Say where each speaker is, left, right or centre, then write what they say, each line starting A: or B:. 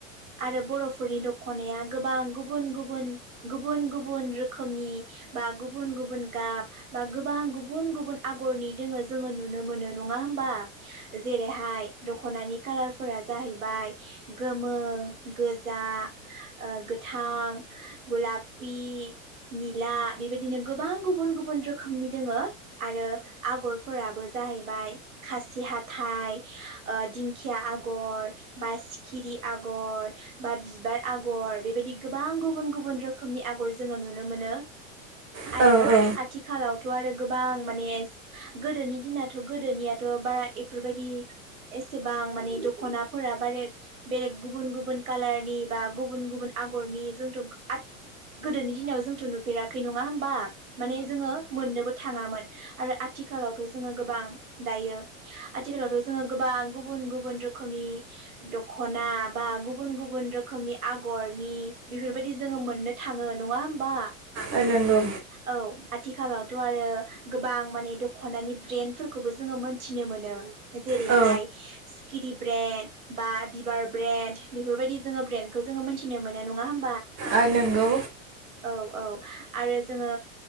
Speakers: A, on the right; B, on the right.
A: आरो बर'फोरनि दख'नाया गोबां गुबुन गुबुन गुबुन गुबुन रोखोमनि बा गुबुन गुबुन गाब बा गोबां गुबुन गुबुन आगरनि दोङो जोङो नुनो मोनो नङा होमबा जेरैहाय दख'नानि कालारफोरा जाहैबाय गोमो, गोजा ओ गोथां, गुलापि, निला इबायदिनो गोबां गुबुन गुबुन रोखोमनि दोङो। आरो आगरफोराबो जाहैबाय खासि हाथाइ दिंखिया आगर बा सिखिरि आगर बा बिबार आग गर बेबायदि गोबां गुबुन गुबुन रोखोमनि आगर जोङो नुनो मोनो।
B: औ
A: आरो
B: आथिखालावबो
A: आथिखालाव थ' गोबां माने गोदोनि दिनाथ' गोदोनियाथ' बारा इफोरबायदि एसेबां माने दखनाफोरा बारेग बेरेग गुबुन गुबुन कालारनि बा गुबुन गुबुन आगरनि जोंथ' गो आथ गोदोनि दिनाव जोंथ' नुफेराखै नङा होमबा? माने जोङो मोननोबो थाङामोन। आरो आथिखालावथ' जोङो गोबां दायो आथिखालावथ' जोङो गोबां गुबुन गुबुन रोखोमनि दखना बा गुबुन गुबुन रोखोमनि आगरनि बेफोरबायदि जोङो मोननो थाङो नङा होमबा?
B: ओ नोंगौ।
A: औ आथिखालावथ' आरो गोबां माने दख'नानि ब्रेन्डफोरखौबो जोङो मोनथिनो मोनो। जेरैहाय
B: औ ओ
A: किरि ब्रेन्ड बा बिबार ब्रेन्ड बेफोरबायदि जोङो ब्रेन्ड खौ जोङो मोनथिनो मोन नङा होम
B: आं नंगौ।
A: औ औ आरो जोङो